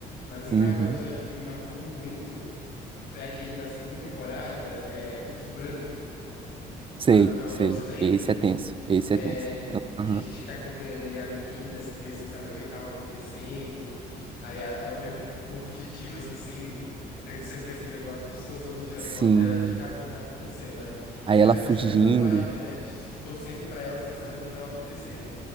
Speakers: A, on the left (about 65°); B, on the right (about 30°).
A: Mas, assim,
B: Uhum.
A: cara, um episódio que me marcou muito foi aquele da segunda temporada, é, Urso Branco.
B: Sei,
A: Sabe, pelo
B: sei.
A: nome, você lembra?
B: Esse é tenso. Esse
A: É,
B: é tenso. Aham.
A: que a gente fica acompanhando ali a menina, meio sem saber o que que tava acontecendo. Aí a- ela meio que uma fugitiva, assim, sem, meio que sendo perseguida pelas pessoas, todo mundo tirando
B: Sim.
A: foto dela, a gente, cara, o que que tá acontecendo, né? E
B: Aí
A: é
B: ela
A: a mes-
B: fugindo.
A: essa mesma vibe, né? A gente torcendo pra ela sem saber o que que tava acontecendo.